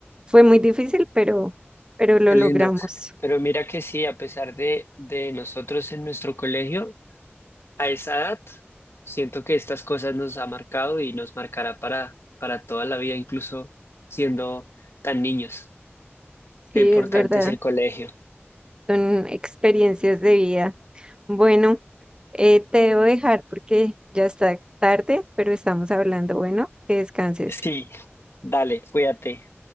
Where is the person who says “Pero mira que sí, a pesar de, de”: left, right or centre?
Left